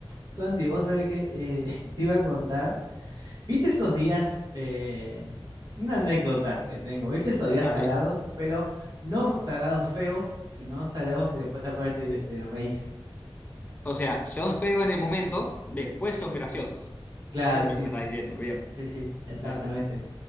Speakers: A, on the right; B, on the left.
A: Santi, vos sabés que eh, <laughs> te iba a contar. ¿Viste esos días? eh, una anécdota que tengo. ¿Viste esos días
B: Dale.
A: salados? Pero no f- salados feos, sino salados que después te acuerdas y te, te reís.
B: O sea, son feos en el momento, después son graciosos.
A: Claro,
B: Eso es
A: sí,
B: lo que me estás diciendo, bien.
A: sí, sí,
B: Dale.
A: exactamente.